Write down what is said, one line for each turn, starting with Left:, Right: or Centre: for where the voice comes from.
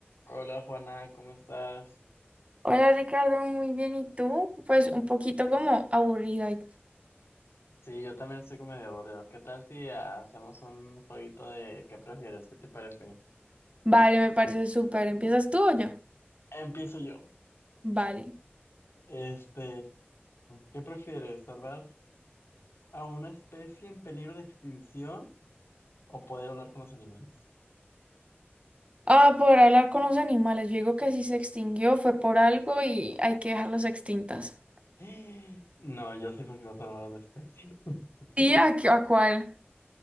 Left: Hola Juana, ¿cómo estás?
Right: Hola Ricardo, muy bien. ¿Y tú? Pues un poquito como aburrido hoy.
Left: Sí, yo también estoy como medio aburrido. ¿Qué tal si hacemos un jueguito de qué prefieres? ¿Qué te parece?
Right: Vale, me parece súper. ¿Empiezas tú o yo?
Left: Empiezo yo.
Right: Vale.
Left: Este, ¿qué prefieres? ¿Salvar a una especie en peligro de extinción o poder hablar con los animales?
Right: Ah, por hablar con los animales. Yo digo que si se extinguió fue por algo y hay que dejarlos extintas.
Left: <gasps> No, yo sí prefiero salvar a la especie. <laughs>
Right: ¿Y a, qué- a cuál?